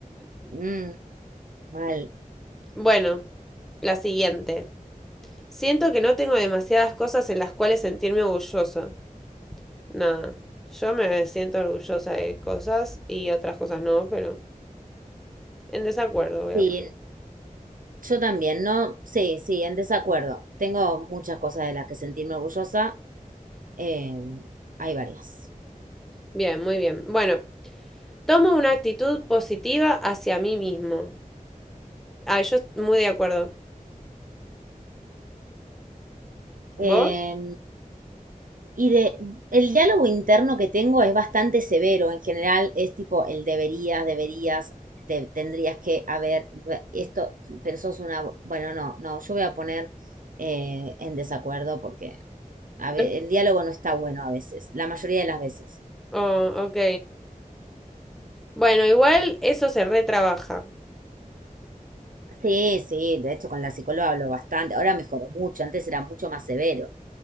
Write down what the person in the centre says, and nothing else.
Bueno, la siguiente. Siento que no tengo demasiadas cosas en las cuales sentirme orgulloso. Nada, yo me siento orgullosa de cosas y otras cosas no, pero en desacuerdo voy
a poner.
Bien, muy bien. Bueno, tomo una actitud positiva hacia mí mismo. Ah, yo est- muy de acuerdo. ¿Vos?
<laughs>
Oh, ok. Bueno, igual eso se retrabaja.